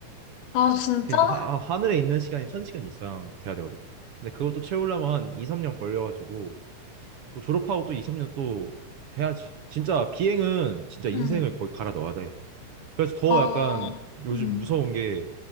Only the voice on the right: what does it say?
그러니까 하, 아, 하늘에 있는 시간이 1000시간 이상 돼야 되거든. 근데 그것도 채우려면 한 2, 3년 걸려가지고 또 졸업하고 또 2, 3년 또 해야지. 진짜 비행은 진짜 인생을
거의 갈아 넣어야 돼. 그래서 더
약간 요즘
무서운 게